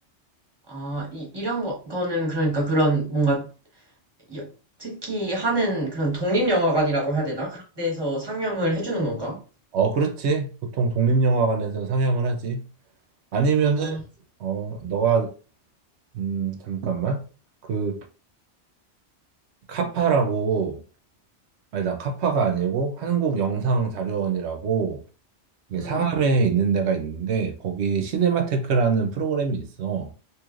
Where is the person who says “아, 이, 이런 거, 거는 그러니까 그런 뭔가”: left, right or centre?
Right